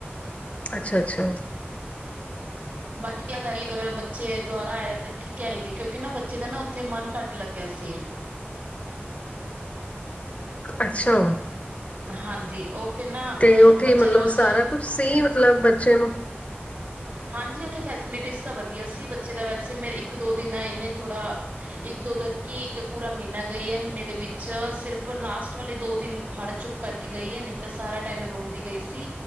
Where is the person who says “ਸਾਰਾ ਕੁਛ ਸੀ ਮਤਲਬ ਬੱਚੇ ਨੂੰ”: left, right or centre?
Left